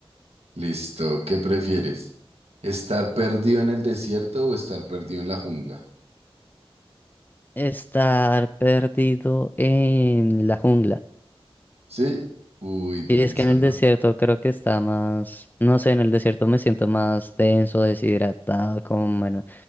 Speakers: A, on the right; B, on the left.
A: Listo, ¿qué prefieres? ¿Estar perdido en el desierto o estar perdido en la jungla?
B: Estar perdido en la jungla.
A: ¿Sí? Uy, denso,
B: Y es que en el
A: ¿no?
B: desierto creo que está más, no sé, en el desierto me siento más tenso, deshidratado, como bueno,